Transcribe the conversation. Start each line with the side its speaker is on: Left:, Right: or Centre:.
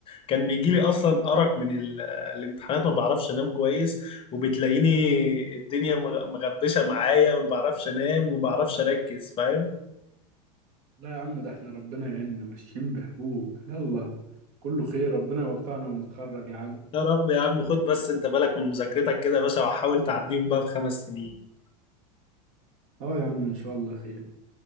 Left: كان بيجيلي أصلا أرق من ال... الامتحانات ما بعرفش أنام كويس وبتلاقيني الدنيا مغ- مغبشة معايا ما بعرفش أنام وما بعرفش أركز فاهم
Right: لا يا عم ده احنا ربنا يعيننا ماشيين بحبوب يلا كله خير ربنا يوفقنا ونتخرج يا عم
Left: يا رب يا عم خد بس أنت بالك من مذاكرتك كده يا باشا وحاول تعديهم بقى بخمس سنين
Right: اه يا عم ان شاء الله خير